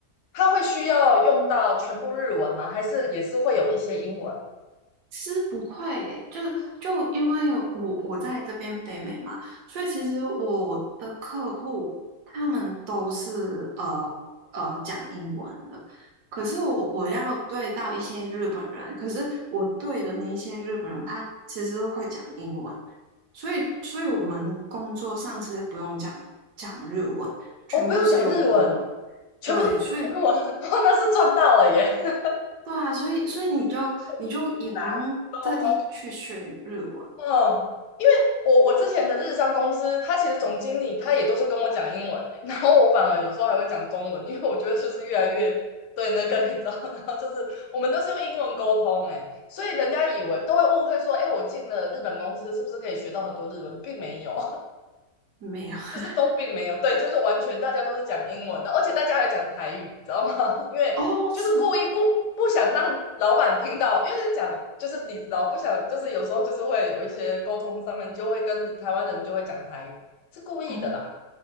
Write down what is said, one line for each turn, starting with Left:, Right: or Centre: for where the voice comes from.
Left: 他会需要用到全部日文吗？还是也是会有一些英文？
Right: 其实不会欸，就就因为我我在这边北美嘛，所以其实我的客户他们都是呃呃讲英文的，可是我我要对到一些日本人，可是我对的那些日本人，他其实都会讲英文，所以所以我们工作上其实不用讲讲日文，全部都是用英文。
Left: 哦，不用讲日文，全部都讲英文，
Right: 对，所以
Left: <laughs> 哇，那是赚到了耶！<laughs>
Right: 对啊，所以所以你就你就也不用特地去学日文，
Left: 很难道吗，嗯我我之前的日商公司，他其实总经理他也都是跟我讲英文、欸，<laughs> 然后我反而有时候还会讲中文，因为我觉得就是越来越对那个你知道，<laughs> 然后就是我们都是用英文沟通、欸，哎，所以人家以为都会误会说，哎、欸我进了日本公司是不是可以学到很多日文，并没有，
Right: 没有 <laughs>
Left: 就是都并没有，对，就是完全大家都是讲英文的，而且大家还讲台语，知道吗？<laughs> 因为就是故意不不想让老板听到，
Right: 哦，是
Left: 因为是讲就是你知道，不想就是有时候就是会有一些沟通上面就会跟台湾人就会讲台语，是故意的啦。
Right: 哦，